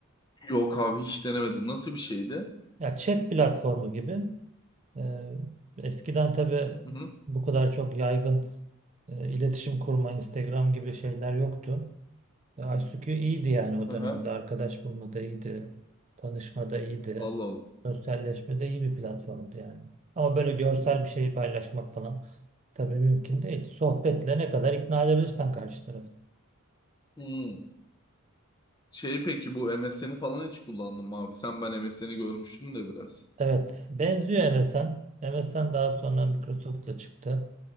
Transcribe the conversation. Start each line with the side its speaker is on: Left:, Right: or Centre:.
Left: Yok abi hiç denemedim. Nasıl bir şeydi?
Right: Ya chat platformu gibi. Ee, eskiden tabii
Left: Hı hı.
Right: bu kadar çok yaygın e, iletişim kurma, Instagram gibi şeyler yoktu. E, ICQ iyiydi yani o dönemde.
Left: Aha.
Right: Arkadaş bulmada iyiydi. Tanışmada iyiydi.
Left: Allah Allah.
Right: Sosyalleşmede iyi bir platformdu yani. Ama böyle görsel bir şey paylaşmak falan tabii mümkün değil. Sohbetle ne kadar ikna edebilirsen karşı tarafı.
Left: Hmm. Şey peki bu MSN'i falan hiç kullandın mı abi? Sen ben MSN'i görmüştün de biraz.
Right: Evet, benziyor MSN. MSN daha sonra Microsoft'la çıktı.